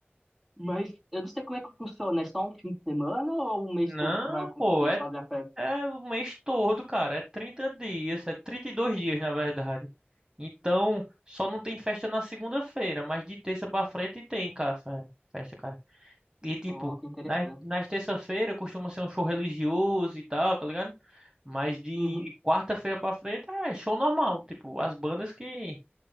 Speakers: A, in the centre; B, on the right.
A: Mas eu não sei como é que funciona, é só um fim de semana ou o mês
B: Não,
A: todo que vai acon-
B: pô,
A: que eles
B: é
A: fazem a festa?
B: É o mês todo, cara. É 30 dias, é 32 dias, na verdade. Então, só não tem festa na segunda-feira, mas de terça pra frente tem, cara, fe- festa, cara. E tipo,
A: Oh, que interessante.
B: nas, nas terça-feira costuma ser um show religioso e tal, tá ligado? Mas de
A: Uhum,
B: quarta-feira pra frente é show normal, tipo, as bandas que